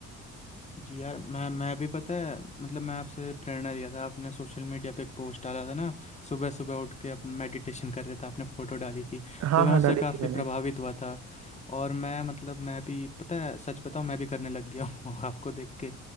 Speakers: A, on the left; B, on the right.
A: जी यार मैं मैं भी पता है मतलब मैं आपसे प्रेरणा लिया था आपने सोशल मीडिया पे एक पोस्ट डाला था ना सुबह सुबह उठ के अपने मेडिटेशन कर रहे थे आपने फ़ोटो डाली थी
B: हाँ
A: तो मैं
B: हाँ
A: उससे
B: डाली
A: काफ़ी
B: थी मैंने
A: प्रभावित हुआ था और मैं मतलब मैं भी पता है सच बताऊं मैं भी करने लग गया हूँ <laughs> आपको देख के